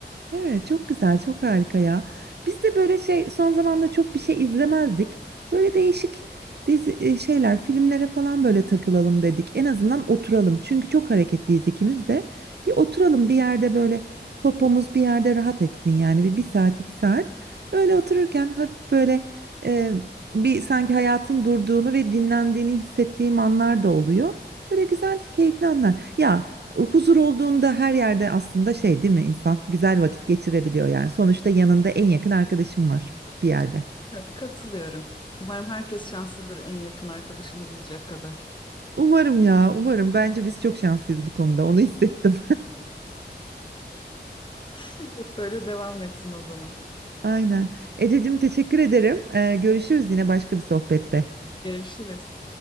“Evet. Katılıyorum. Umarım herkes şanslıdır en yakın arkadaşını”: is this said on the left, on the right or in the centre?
Left